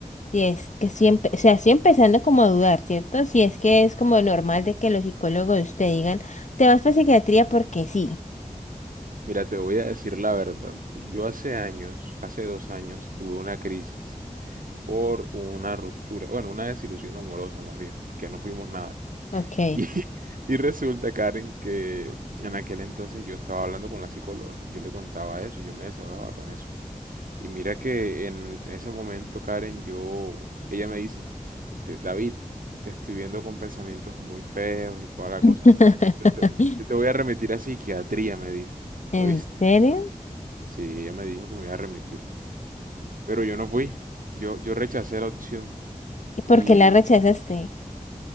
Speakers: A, on the left; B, on the right.
A: si es que siempre, o sea, estoy empezando como a dudar, ¿cierto? Si es que es como normal de que los psicólogos te digan, te vas para psiquiatría porque sí.
B: Mira, te voy a decir la verdad. Yo hace años, hace dos años, tuve una crisis por una ruptura, bueno, una desilusión amorosa más bien, porque no fuimos nada.
A: Ok.
B: Y, <laughs> y resulta, Karen, que en aquel entonces yo estaba hablando con la psicóloga, yo le contaba eso, yo me desahogaba con eso. Y mira que en ese momento, Karen, yo, ella me dice, "Te- David, te estoy viendo con pensamientos muy feos y toda la cosa.
A: <laughs>
B: Yo te voy a remitir a psiquiatría, me dijo.
A: ¿En
B: ¿Oíste?
A: serio?
B: Sí, ella me dijo que me iba a remitir. Pero yo no fui, yo, yo rechacé la opción.
A: ¿Y por
B: Y
A: qué la rechazaste?